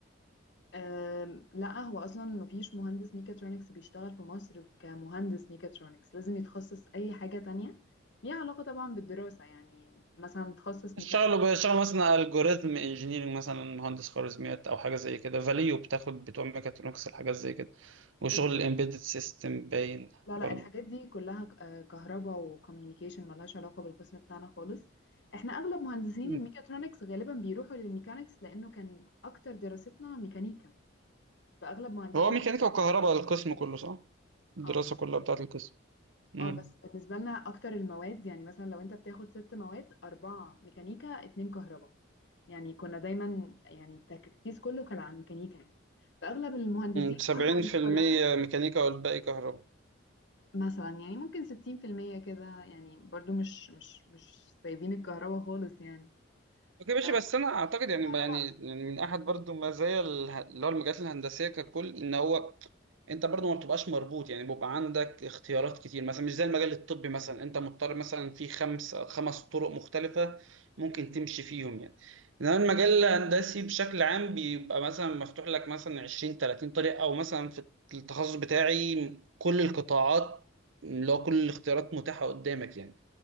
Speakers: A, on the left (about 60°); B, on the right (about 75°).
A: أم، لا هو أصلا مفيش مهندس ميكاترونكس بيشتغل في مصر كمهندس ميكاترونكس لازم يتخصص أي حاجة تانية ليها علاقة طبعا بالدراسة يعني مثلا تخصص
B: اشتغلوا
A: ميكانيكا
B: بيشتغلوا مثلا الجوريزم انجينيرنج مثلا مهندس خوارزميات او حاجه زي كده فاليو بتاخد بتوع ميكاترونكس الحاجات زي كده وشغل
A: بس
B: الامبيدد سيستم باين
A: لا
B: برضه
A: لا الحاجات دي كلها آه، كهرباء وكوميونيكيشن ملهاش علاقة بالقسم بتاعنا خالص احنا أغلب مهندسين
B: مم.
A: الميكاترونكس غالبا بيروحوا للميكانيكس لأنه كان أكتر دراستنا ميكانيكا فأغلب مهندسين
B: هو ميكانيكا وكهرباء القسم كله صح الدراسه
A: اه
B: كلها بتاعت القسم امم
A: اه بس بالنسبة لنا أكتر المواد يعني مثلا لو أنت بتاخد ست مواد أربعة ميكانيكا اتنين كهرباء يعني كنا دايما يعني التركيز كله كان على الميكانيكا يعني فأغلب المهندسين
B: سبعين
A: كانوا <laughs> ما بيتخرجوا
B: في المية ميكانيكا والباقي كهرباء
A: مثلا يعني ممكن ستين في المية كده يعني برضو مش مش مش سايبين الكهرباء خالص يعني
B: اوكي ماشي
A: أنا
B: بس
A: مش
B: انا اعتقد يعني
A: كهرباء
B: يعني
A: أصلا
B: يعني من احد برضو مزايا اله- اللي هو المجالات الهندسيه ككل ان هو انت برضو ما بتبقاش مربوط يعني بيبقى عندك اختيارات كتير مثلا مش زي المجال الطبي مثلا انت مضطر مثلا في خمس خمس طرق مختلفه ممكن تمشي فيهم يعني انما المجال الهندسي بشكل عام بيبقى مثلا مفتوح لك مثلا 20 30 طريق او مثلا في التخصص بتاعي كل القطاعات اللي هو كل الاختيارات متاحه قدامك يعني